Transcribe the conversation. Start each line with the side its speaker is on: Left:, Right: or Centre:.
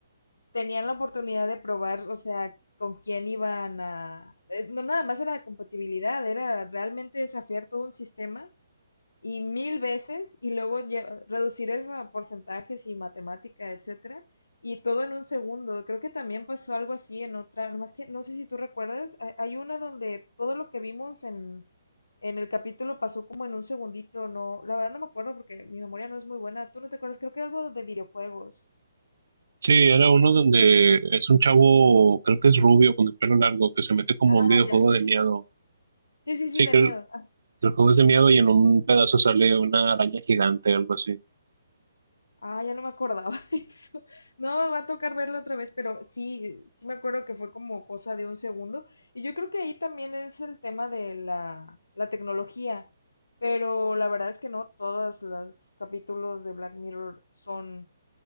Left: tenían la oportunidad de probar, o sea, con quién iban a... eh, No nada más era de compatibilidad, era realmente desafiar todo un sistema y mil veces y luego lle- reducir eso a porcentajes y matemática, etcétera, y todo en un segundo. Creo que también pasó algo así en otra, más que no sé si tú recuerdas, ha- hay una donde todo lo que vimos en en el capítulo pasó como en un segundito, no, la verdad no me acuerdo porque mi memoria no es muy buena. ¿Tú no te acuerdas? Creo que algo de videojuegos.
Right: Sí, era uno donde es un chavo, creo que es rubio, con el pelo largo, que se mete como
Left: Ah,
Right: a un videojuego
Left: ya,
Right: de
Left: sí.
Right: miedo
Left: Sí, sí,
Right: Sí,
Left: sí, de
Right: que
Left: miedo.
Right: el, que el juego es de miedo y en un pedazo sale una araña gigante, algo así.
Left: Ah, ya no me acordaba <laughs> de eso. No, me va a tocar verlo otra vez, pero sí, sí me acuerdo que fue como cosa de un segundo. Y yo creo que ahí también es el tema de la, la tecnología, pero la verdad es que no todos los capítulos de Black Mirror son